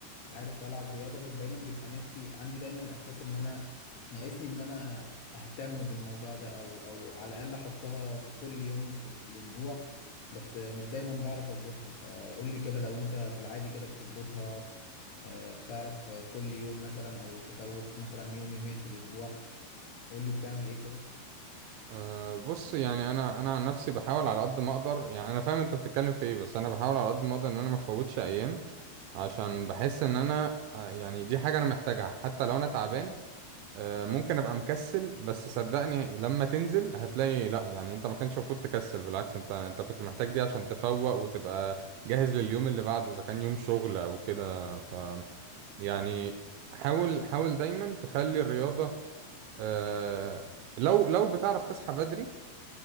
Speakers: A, on the left; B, on the right.
A: عارف العب رياضه بس دايما بيبقى نفسي عندي دايما الاحساس ان انا ناقصني ان انا اهتم بالموضوع ده او او على الاقل احطها في كل يوم في, في الاسبوع بس مش دايما بعرف اظبطها فقول لي كده لو انت في العادي كده بتظبطها آه، بتعرف كل يوم مثلا او تفوت مثلا يوم يومين في الاسبوع قول لي بتعمل ايه كده
B: أه بص يعني انا انا عن نفسي بحاول على قد ما اقدر يعني انا فاهم انت بتتكلم في ايه بس انا بحاول على قد ما اقدر ان انا ما افوتش ايام عشان بحس ان انا آه، يعني دي حاجه انا محتاجها حتى لو انا تعبان أه ممكن ابقى مكسل بس صدقني لما تنزل هتلاقي لا يعني انت ما كانش المفروض تكسل بالعكس انت انت كنت محتاج دي عشان تفوق وتبقى جاهز لليوم اللي بعده اذا كان يوم شغل او كده ف يعني حاول حاول دايما تخلي الرياضه أه لو لو بتعرف تصحى بدري